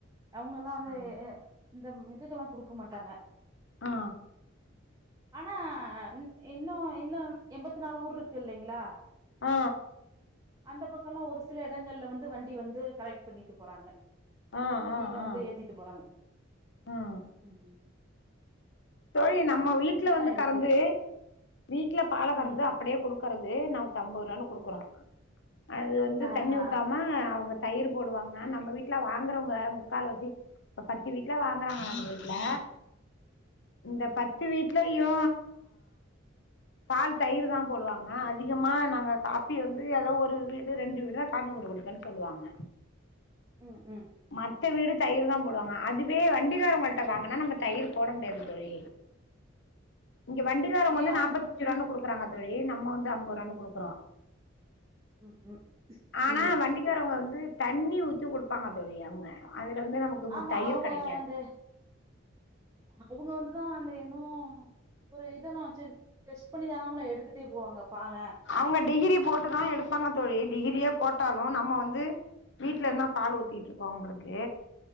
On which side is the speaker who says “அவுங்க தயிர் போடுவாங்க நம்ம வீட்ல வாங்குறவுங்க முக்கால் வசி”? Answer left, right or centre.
Left